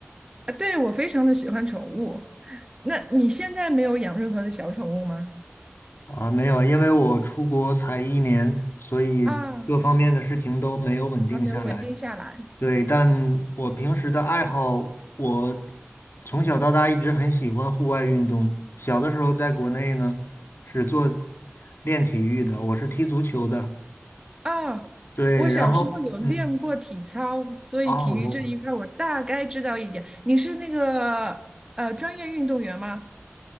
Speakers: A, on the right; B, on the left.
A: 啊，对，我非常的喜欢宠物。那你现在没有养任何的小宠物吗？
B: 啊。没有，因为我出国才一年，所以各方面的事情都没有稳定下来。
A: 啊，还没有稳定下来。
B: 对，但我平时的爱好，我从小到大一直很喜欢户外运动。小的时候在国内呢，是做练体育的，我是踢足球的。
A: 啊，
B: 对，
A: 我小时候有练过体操，
B: 然后嗯，
A: 所以体育这一块我大概知道一点。
B: 哦，我
A: 你是那个呃专业运动员吗？